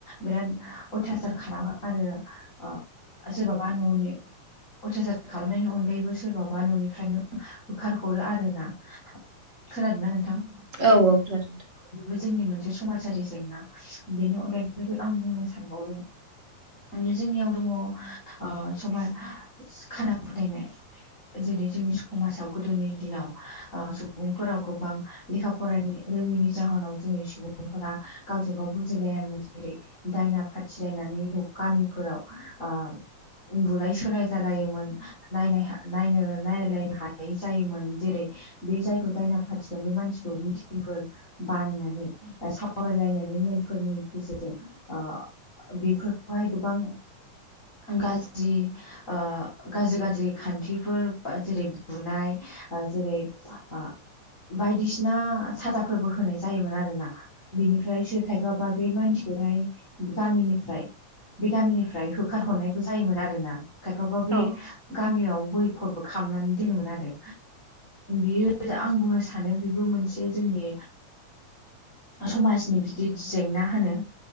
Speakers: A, on the left; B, on the right.
A: बिराद अयथासार खालामा आरो ओ आ सोरबा बा न'नि अयथासार खालामनायनि अनगायैबो सोरबाबा न'निफ्रायनो होखार हरो आरो ना। खोनादों ना नोंथां?
B: औ औ खोनादों।
A: बेबो जोंनि मोनसे समाजारि जेंना बेनि अनगायै बेबायदि आं बुंनो सानबावदों। माने जोंनियाव दङ' ओ समाय खाना फोथायनाय। आ जेरै जोंनि समाजाव गोदोनि दिनाव आ सुबुंफोराव गोबां लेखा फरायनो रोङैनि जाहोनाव जोंनि सुबुंफोरा गावजों गाव बुजिलायामोन जेरै दायना फाथिलायनानै न' गामिफोराव आ बुलाय-सोलाय जालायोमोन नायना नायनो नायलायनो हायि जायोमोन जेरै बे जायखौ दायना फाथिदों बे मानसिखौ मिथिंफोर बानायनानै ओ सावरायलायनानै मेलफोरनि गेजेरजों ओ बेफोरखौहाय गोबां गाज्रि ओ गाज्रि गाज्रि खान्थिफोर जेरै बुनाय ओ जेरै आ बायदिसिना साजाफोरबो होनाय जायोमोन आरोना। बिनिफ्रायसो खायफाबा बे मानसिखौहाय गामिनिफ्राय बे गामिनिफ्राय हो होखारहरनायबो जायोमोन आरो ना खायफाबा
B: नोंथां।
A: बे गामियाव बैखथ खालामनानै दोनोमोन आरो। बियो आं बुंनो सानो बेबो मोनसे जोंनि समाजनि बिदि जेंना होनो